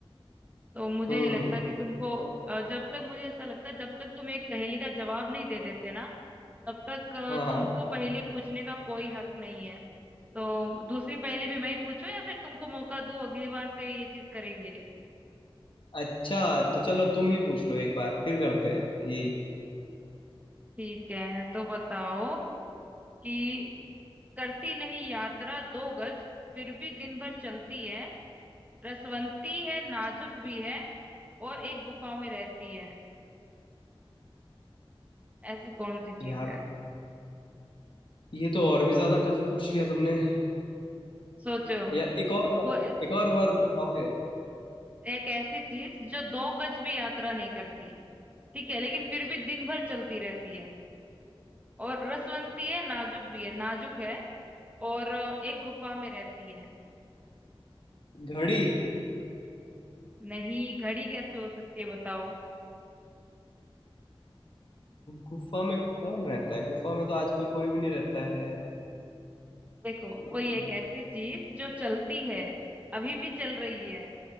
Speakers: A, on the right (about 15°); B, on the left (about 60°).
A: तो मुझे
B: हम्म
A: नहीं लगता कि तुमको अ, जब तक मुझे ऐसा लगता है जब तक तुम एक पहेली का जवाब नहीं दे देते ना तब तक अ,
B: हाँ हाँ
A: तुमको पहेली पूछने का कोई हक नहीं है तो दूसरी पहेली भी मैं ही पूछूं या फिर तुमको मौका दूं अगली बार से ये चीज करेंगे
B: अच्छा तो चलो तुम ही पूछ लो एक बार फिर करते हैं यही
A: ठीक है तो बताओ कि करती नहीं यात्रा दो गज फिर भी दिन भर चलती है रसवंती है नाजुक भी है और एक गुफा में रहती है ऐसी कौन सी चीज
B: यार
A: है
B: ये तो और भी ज्यादा टफ पूछ लिया तुमने
A: सोचो
B: यार एक और बार
A: वो
B: एक और बार बताओगे
A: एक ऐसी चीज जो दो गज भी यात्रा नहीं करती ठीक है लेकिन फिर भी दिन भर चलती रहती है और रसवंती है नाजुक भी है नाजुक है और अ, एक गुफा में रहती है
B: घड़ी
A: नहीं घड़ी कैसे हो सकती है बताओ
B: गुफा में कौन रहता है गुफा में तो आजकल कोई भी नहीं रहता है
A: देखो
B: हम्म,
A: कोई एक ऐसी चीज जो चलती है अभी भी चल रही है